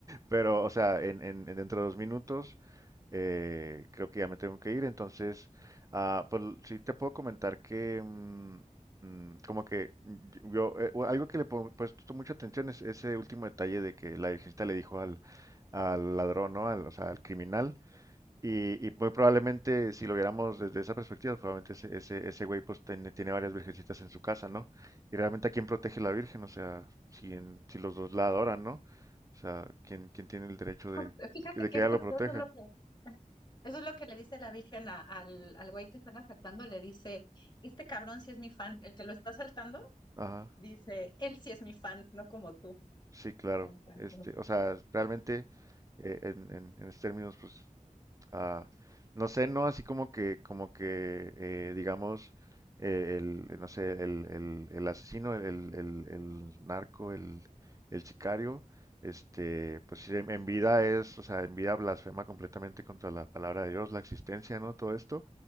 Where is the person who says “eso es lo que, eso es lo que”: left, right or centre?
Left